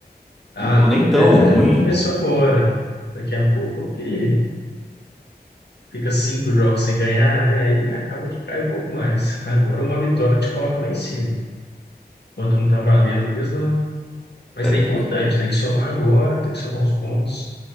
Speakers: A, on the left; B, in the centre.
A: Ah,
B: não tão
A: não,
B: nem tão
A: é, mas
B: ruim.
A: é porque começou agora. Daqui a pouco que fica cinco jogos sem ganhar, né? Aí acaba que cai um pouco mais. Agora uma vitória te coloca lá em cima. Enquanto não tá valendo mesmo, né? Mas
B: É, p-
A: é importante, tem que somar agora, tem que somar os pontos,